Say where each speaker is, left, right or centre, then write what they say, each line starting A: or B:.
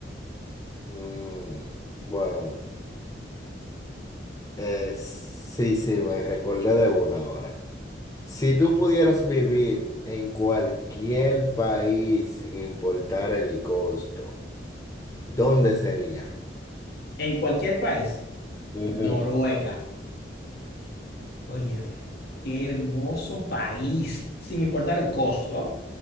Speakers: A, on the left; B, on the left.
A: Mm, bueno, eh, sí, sí, me recordé de una ahora. Si tú pudieras vivir en cualquier país sin importar el costo, ¿Dónde sería?
B: En cualquier país,
A: Ujú.
B: Noruega, óyeme, qué hermoso país, sin importar el costo, ¿oh?